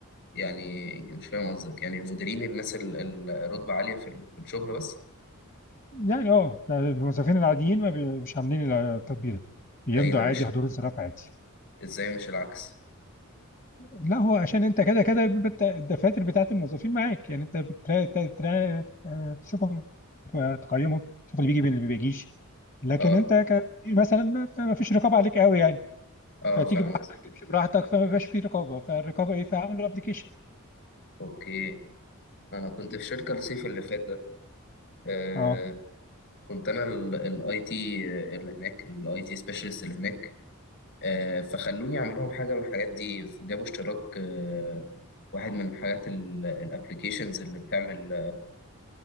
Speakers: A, on the left; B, on the left.
A: يعني مش فاهم قصدك يعني المديرين الناس ال- ال- الرتبة عالية في ال- في الشغل بس
B: يعني اه يعني الموظفين العاديين ما بي... مش عاملين التطبيق ده بيمضوا
A: ده ايه ده
B: عادي
A: مش
B: حضور انصراف عادي
A: ازاي مش العكس
B: لا هو عشان انت كده كده بيبقى الت- الدفاتر بتاعت الموظفين معاك يعني انت بترا تا- ترا- آه، تشوفهم آه، تقيمهم تشوف اللي بيجي واللي ما بيجيش لكن
A: اه
B: انت كمدير مثلا ما ما فيش رقابه عليك قوي يعني
A: اه
B: فتيجي
A: فاهم
B: براحتك
A: قصدك
B: تمشي براحتك فما بيبقاش في رقابه فالرقابه ايه فعملوا ابلكيشن
A: اوكي انا كنت في شركه الصيف اللي فات ده آه
B: اه
A: كنت انا الاي تي اللي هناك الاي تي سبيشالست اللي هناك آه فخلوني اعمل لهم حاجه من الحاجات دي جابوا اشتراك آه واحد من حاجات الابلكيشنز اللي بتعمل